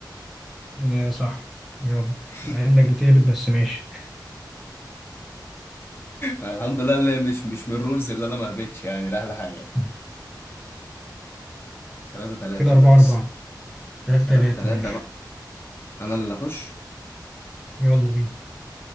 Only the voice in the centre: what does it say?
آه، صح يلا
مع انك بتهبط بس ماشي
<laughs>
كده 4
4 3
3
ماشي
يلا بينا